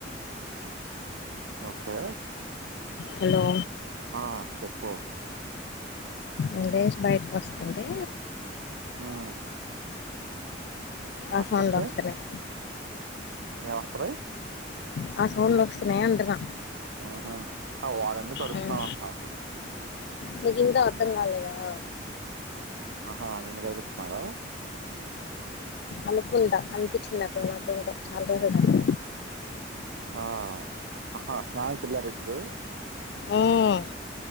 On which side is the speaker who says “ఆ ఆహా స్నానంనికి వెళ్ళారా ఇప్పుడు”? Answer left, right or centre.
Right